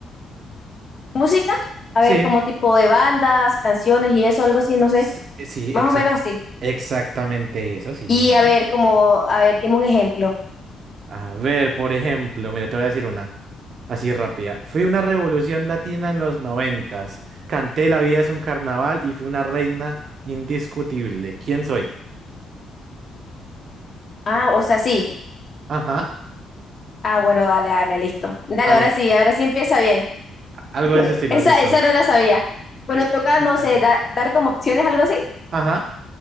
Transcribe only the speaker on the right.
Sí,
s- eh, sí,
exacto.
Exactamente eso, sí,
señora.
A ver, por ejemplo, mira, te voy a decir una. Así rápida. Fui una revolución latina en los noventas. Canté La vida es un carnaval y fui una reina indiscutible. ¿Quién soy?
Ajá.
Algo,
algo
de ese estilo,
listo.
Ey,
eh,
eh.
Ajá.